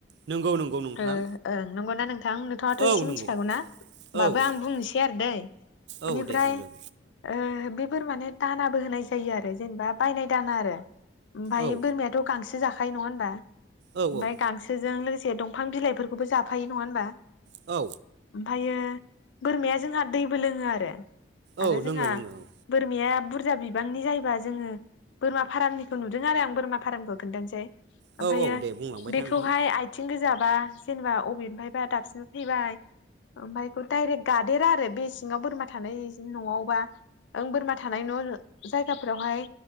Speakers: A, on the right; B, on the left.
A: नंगौ नंगौ नोंथां
B: ओ ओं नोंगौना नोंथां नोंथाङाथ' एसे
A: औ
B: मिन्थिखागौना
A: नंगौ
B: होमबाबो
A: औ औ
B: आं बुंनोसै आरो दै
A: औ
B: इनिफ्राय
A: दे बुंदों
B: ओ बेफोर माने दानाबो होनाय जायोआरो जेनेबा बायनाय दाना आरो ओमफाय
A: औ
B: बोरमायाथ' गांसो जा खायो नङा होनबा।
A: औ
B: ओमफाय
A: औ
B: गांसोजों लोगो से दंफां बिलाइफोरखौबो जाफायो नङा होनबा।
A: औ
B: ओमफायो बोरमाया जोंहा दैबो लोङो आरो। आरो
A: औ
B: जोंहा
A: लोङो लोङो औ
B: बोरमाया बुरजा बिबांनि जायोबा जोङो बोरमा फारामनिखौ नुदोंआरो आं बोरमा फारामखो खोन्थानोसै
A: औ
B: ओमफायो
A: औ दे बुंलांबाय
B: बेखौहाय
A: था नोंथां
B: आइथिं गोजा बा जेनेबा अबेनफायबा दाबसे बा जेनबा अबेनफायबा दाबसेनिफाय फैबाय ओमफाय इखौ डायरेक्ट गादेराआरो बे सिङाव बोरमा थानाय जि न'आव बा ओं बोरमा थानाय न'आरो जायगाफोरावहाय